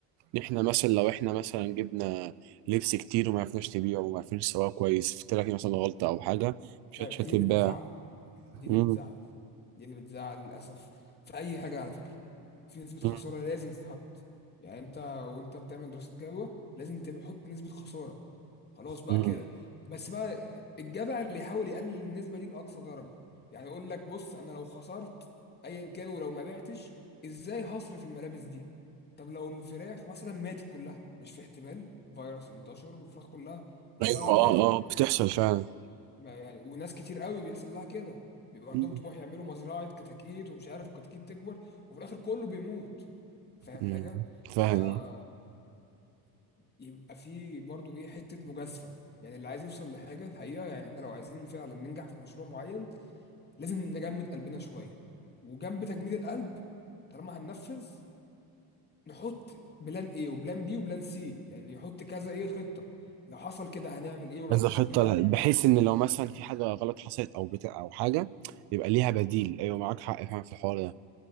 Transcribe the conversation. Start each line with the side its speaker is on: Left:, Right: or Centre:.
Right: احنا مثلا لو احنا مثلا جبنا لبس كتير وما عرفناش نبيعه وما عرفناش نسوقه كويس في لك مثلا غلطة او حاجة مش
Left: ده
Right: مش
Left: دي
Right: هتتباع
Left: اللي بتزعل دي
Right: مم،
Left: اللي بتزعل دي اللي بتزعل للأسف في أي حاجة على فكرة في نسبة خسارة
Right: مم،
Left: لازم تتحط يعني أنت وأنت بتعمل دراسة جدوى لازم تحط نسبة خسارة خلاص بقى
Right: مم.
Left: كده بس بقى الجدع اللي يحاول يقلل النسبة دي لأقصى درجة يعني يقول لك بص أنا لو خسرت أيا كان ولو ما بعتش إزاي هصرف الملابس دي طب لو الفراخ مثلا ماتت كلها مش في احتمال فيروس ينتشر والفراخ كلها تلاقيها
Right: ايوه اه
Left: ماتت
Right: اه بتحصل فعلا
Left: ما يعني وناس كتير قوي بيحصل لها كده بيبقى
Right: مم.
Left: عندهم طموح يعملوا مزرعة كتاكيت ومش عارف الكتاكيت تكبر وفي الآخر كله بيموت فاهم
Right: مم.
Left: حاجة
Right: فاهم
Left: فلازم يبقى في برضو إيه حتة مجازفة يعني اللي عايز يوصل لحاجة الحقيقة يعني إحنا لو عايزين فعلا ننجح في مشروع معين لازم نجمد قلبنا شوية وجنب تجميد القلب طالما هننفذ نحط بلان ايه وبلان بي وبلان سي يعني يحط كذا ايه خطة لو حصل كده هنعمل ايه ولو
Right: كذا
Left: حصل
Right: خطة
Left: كده
Right: ل-
Left: هنعمل
Right: بحيث
Left: ايه.
Right: ان لو مثلا في حاجة غلط حصلت او بتاع او حاجة يبقى ليها بديل ايوه معاك حق فعلا في الحوار ده